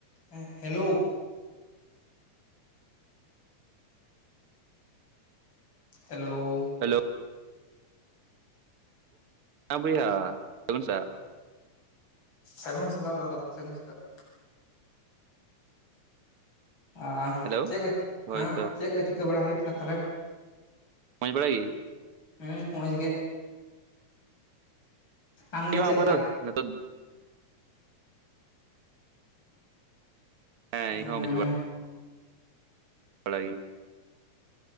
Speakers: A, on the left; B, on the right.
A: ᱦᱮᱸ ᱦᱮᱞᱳ ᱦᱮᱞᱳ
B: ᱦᱮᱞᱳ ᱦᱮᱸ ᱵᱚᱭᱦᱟ <unintelligible>
A: ᱥᱟᱹᱜᱩᱱ ᱥᱮᱛᱟᱜ ᱫᱟᱫᱟ ᱥᱟᱹᱜᱩᱱ ᱥᱮᱛᱟᱜ ᱾ ᱟᱻᱜ
B: ᱦᱮᱞᱳ
A: ᱪᱮᱫ ᱠᱚ,
B: ᱦᱳᱭᱛᱚ
A: ᱦᱮᱸ ᱪᱮᱫ ᱠᱚ ᱪᱤᱠᱟᱹ ᱵᱟᱲᱟ ᱦᱩᱭᱩᱜ ᱠᱟᱱᱟ ᱛᱟᱦᱚᱞᱮ?
B: ᱢᱚᱡᱽ ᱵᱟᱲᱟ ᱜᱮ
A: ᱦᱩᱸ ᱢᱚᱡᱽ ᱜᱮ ᱟᱢᱜᱮ
B: <unintelligible> ᱵᱟᱝ
A: ᱪᱮᱫ ᱞᱮᱠᱟ
B: <unintelligible> ᱦᱮᱸ
A: ᱦᱩᱸ
B: ᱤᱧ ᱦᱚᱸ ᱢᱚᱡᱽ <unintelligible>